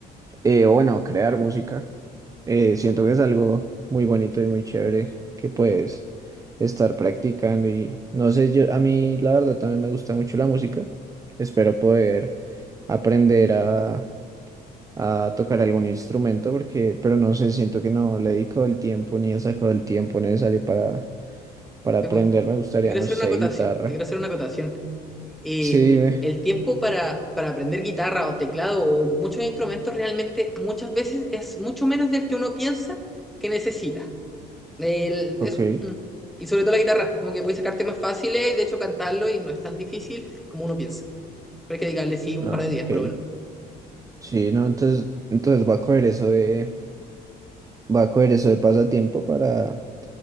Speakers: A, on the right (about 20°); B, in the centre.
A: Eh, o bueno, crear música. Eh, siento que es algo muy bonito y muy chévere que puedes estar practicando y no sé, yo a mí la verdad también me gusta mucho la música. Espero poder aprender a, a tocar algún instrumento porque, pero no sé, siento que no le he dedicado el tiempo ni he sacado el tiempo necesario para, para
B: Te
A: aprender. Me gustaría,
B: quiero
A: no
B: hacer
A: sé,
B: una acotación,
A: guitarra.
B: te quiero hacer una acotación. Y
A: Sí, ve,
B: el tiempo para, para aprender guitarra o teclado o muchos instrumentos realmente muchas veces es mucho menos del que uno piensa que necesita. El-
A: ok,
B: eso. mm. Y sobre todo la guitarra, como que puedes sacar temas fáciles, de hecho cantarlo y no es tan difícil como uno piensa. Pero hay que dedicarle, sí, un
A: ah,
B: par de días
A: ok.
B: por lo menos.
A: Sí, no, entonces, entonces voy a coger eso de Voy a coger eso de pasatiempo para,